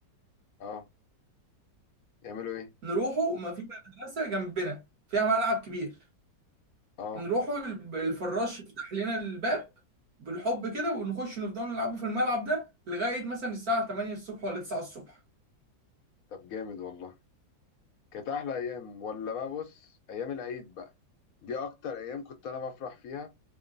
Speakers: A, on the left; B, on the right.
A: اه يعملوا ايه
B: نروحوا ما في مدرسة جنبنا فيها ملعب كبير
A: اه
B: نروحوا الب- الفراش يفتح لنا الباب بالحب كده ونخش نفضل نلعبوا في الملعب ده لغاية مثلا الساعة 8 الصبح ولا 9 الصبح
A: طب جامد والله كانت احلى ايام ولا بقى بص ايام العيد بقى دي اكتر ايام كنت انا بفرح فيها